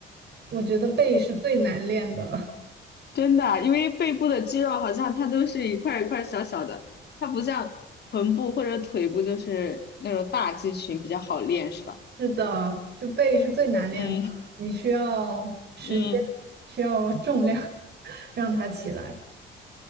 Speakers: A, on the right (about 55°); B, on the left (about 55°).
A: 我觉得背是最难练的，
B: 真的，因为背部的肌肉好像它都是一块儿一块儿小小的，它不像臀部或者腿部就是那种大肌群比较好练，是吧？
A: <laughs> 是的，就背是最难练的，
B: 嗯
A: 你需要时间，
B: 嗯。
A: 需要重量 <laughs> 让它起来。